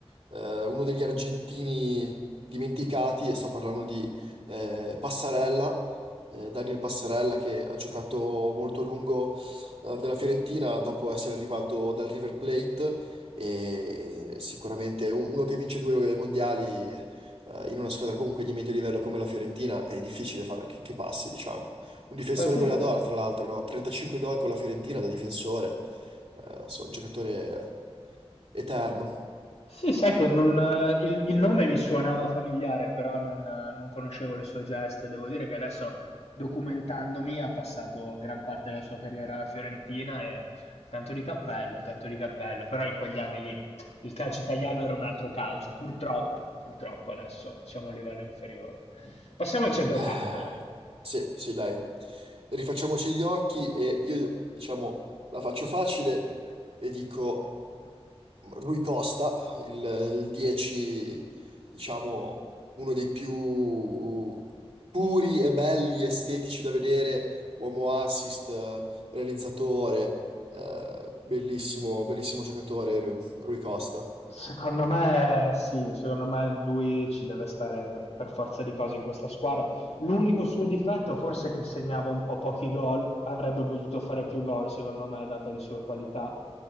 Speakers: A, on the right; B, on the left.
A: eh, uno degli argentini dimenticati, e sto parlando di eh, Passarella, eh, Daniel Passarella che ha giocato molto a lungo eh, nella Fiorentina dopo essere arrivato dal River Plate e sicuramente u- uno che vince due mondiali eh, in una squadra comunque di medio livello come la Fiorentina è difficile fare che, che passi, diciamo. Un difensore
B: Ma sai,
A: goleador,
B: eh,
A: tra l'altro, no? 35 gol con la Fiorentina da difensore, eh, so, giocatore eterno.
B: Sì, sai che non, eh, il, il nome mi suonava familiare, però non, eh, non conoscevo le sue geste. Devo dire che adesso, documentandomi, ha passato gran parte della sua carriera alla Fiorentina e tanto di cappello, tanto di cappello. Però in quegli anni lì il calcio italiano era un altro calcio, purtroppo, purtroppo adesso siamo a un livello inferiore. Passiamo al centrocampo,
A: Eh,
B: dai.
A: sì, sì, dai. Rifacciamoci gli occhi e io, diciamo, la faccio facile e dico... Rui Costa, il, il 10, diciamo, uno dei più puri e belli, estetici da vedere, uomo assist, eh, realizzatore, eh, bellissimo, bellissimo giocatore Ru- Rui Costa.
B: Secondo me sì, secondo me lui ci deve stare per forza di cose in questa squadra. L'unico suo difetto forse è che segnava un po' pochi gol, avrebbe potuto fare più gol secondo me, date le sue qualità,